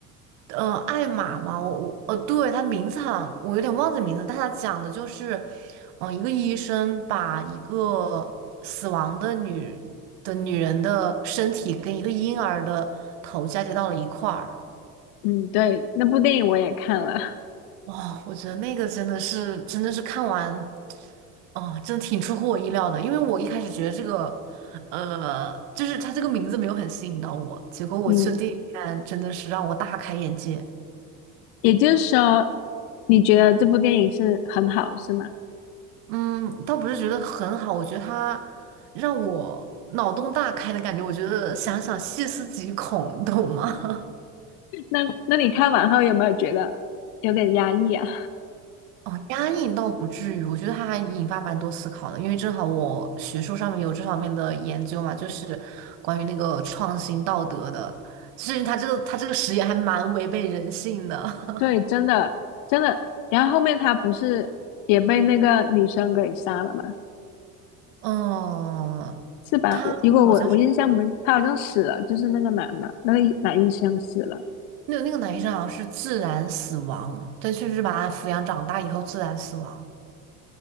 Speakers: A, on the right (about 60°); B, on the left (about 55°).
A: 呃，艾玛嘛，我我呃，对，他名字好像我有点忘记名字，但他讲的就是，嗯、一个医生把一个死亡的女的女人的身体跟一个婴儿的头嫁接到了一块儿。
B: 嗯，对，那部电影我也看了。
A: 哇，我觉得那个真的是真的是看完，哦、真的挺出乎我意料的，因为我一开始觉得这个，呃，就是他这个名字没有很吸引到我，结果我去电影院真的是让我大开眼界。
B: <laughs> 嗯，也就是说，你觉得这部电影是很好，是吗？
A: 嗯，倒不是觉得很好，我觉得他让我脑洞大开的感觉，我觉得想想细思极恐，你懂吗？<laughs>
B: 那那你看完后有没有觉得有点压抑啊？
A: 哦，压抑倒不至于，我觉得他还引发蛮多思考的，因为正好我学术上面有这方面的研究嘛，就是关于那个创新道德的，其实他这个他这个实验还蛮违背人性的。
B: <laughs> 对，真的真的。然后后面他不是也被那个女生给杀了吗？
A: <laughs> 嗯，
B: 是吧？
A: 他好像是
B: 我如果我我印象没，他好像死了，就是那个男的，那个医男医生死了。
A: 那个那个男医生好像是自然死亡，对，确实是把他抚养长大以后自然死亡。